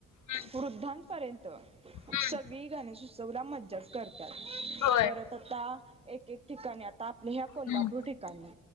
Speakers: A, on the left (about 75°); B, on the right (about 20°).
A: हम्म.
B: वृद्धांपर्यंत
A: हम्म
B: सगळी गणेशो उत्सव ला मज्जाच करत्यात
A: होय
B: परत आता एक एक ठिकाणी आता आपल्या ह्या कोल्हापूर
A: हम्म
B: ठिकाणी